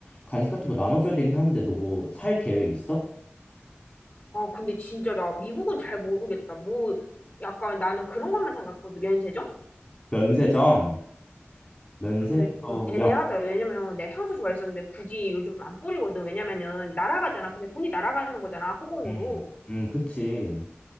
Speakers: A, on the left; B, on the left.
A: 간식 같은 거 나눠줘야 되긴 하는데 너 뭐 살 계획 있어?
B: 아, 근데 진짜 나 미국은 잘 모르겠다. 뭐, 약간 나는 그런 것만 생각했거든, 면세점?
A: 면세점 면세에서
B: 근데 좀 애매하다.
A: 야
B: 왜냐면 내 향수 좋아했었는데 굳이 요즘 안 뿌리거든. 왜냐면은 날아가잖아. 근데 돈이 날아가는 거잖아, 허공으로.
A: 음, 음 그치